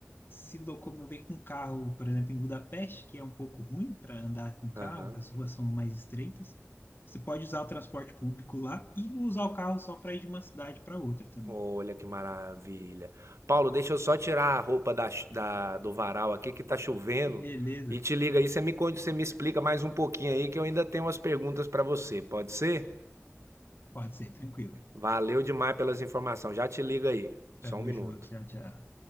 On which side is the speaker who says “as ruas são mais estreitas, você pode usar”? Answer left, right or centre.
Left